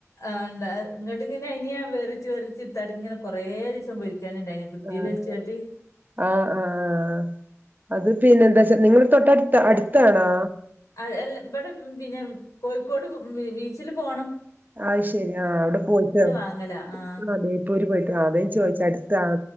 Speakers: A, on the left (about 85°); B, on the right (about 35°).
A: ആണ്ടാ ഇങ്ങട്ട് ഇങ്ങനെ ഇനിയാൻ വെറിച്ച് വെറിച്ച തടിങ്ങ കൊറെ ദിസം വിളിക്കാനുണ്ടായിനി പ്ൽ
B: ആഹ്
A: വെച്ചാട്ടി
B: ആഹ് ആഹ് അത് പിന്നെ എന്താ വച്ചാ നിങ്ങ തൊട്ടടുത്ത് അടുത്താണാ
A: അല്ല ഇവിടെ പിന്നെ കോഴിക്കോട് ബീച്ചില് പോണം
B: ആ അത് ശരി ആ അവിടെ പോയിട്ട്
A: വാങ്ങല ആഹ്
B: ആ നെയപ്പൂര് പോയിട്ട് അതേ ചോദിച്ച് ആ